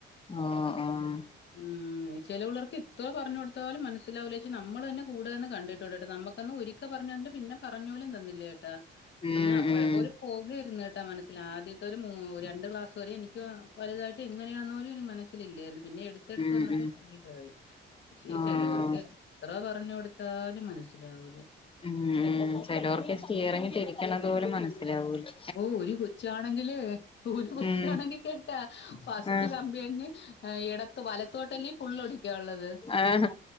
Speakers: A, on the left; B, on the left.
A: ആഹ് ആഹ്
B: ഉം ചെലപിള്ളാർക്ക് ഇത്ര പറഞ്ഞു കൊടുത്താലും മനസ്സിലാവൂല്ലച്ച് നമ്മളെന്നെ കൂട്ന്ന് കണ്ടിട്ടുണ്ട്ട്ടൊ നമ്മുക്കൊന്ന ഒരിക്ക ക്കെ പറഞ്ഞണ്ട് പിന്നെ പറഞ്ഞോലും തന്നില്ല കേട്ടാ
A: ഉം
B: പിന്നെ അപ്പെഴക്കെ
A: ഉം
B: ഒരു പോകരുന്ന്ട്ടാ മനസ്സില് ആദ്യത്തെ മൂ രണ്ട് ക്ലാസ് വരെ എനിക്ക് വലുതായിട്ട് എങ്ങനെയാണോനി മനസ് ഇല്ലെർന്ന് പിന്നെ എടുത്തെടുത്ത്
A: ഉം
B: വന്നപ്പോ
A: ഉം
B: ശീലായി പശേ
A: ആഹ്
B: ചെലോർക് എത്രെ പറഞ്ഞ് കൊട്ത്താലും മനസ്സിലാവൂലാ
A: ഉം മ് ചെലോർക്കെ സ്റ്റിയറിഗ് തിരിക്ണത് പോലും മനസ്സിലാവൂല്ലാ
B: ഓ ഒരു കൊച്ചാണെങ്കില് ഒരു കൊച്ചാണെങ്കി
A: ഉം
B: കേട്ടാ ഫസ്റ്റ്
A: ആഹ്
B: കമ്പിന്നെ എടത്ത് വലത്തോട്ടല്ലേ ഫുള്ള് ഒടിക്കാള്ളത്
A: ആഹ്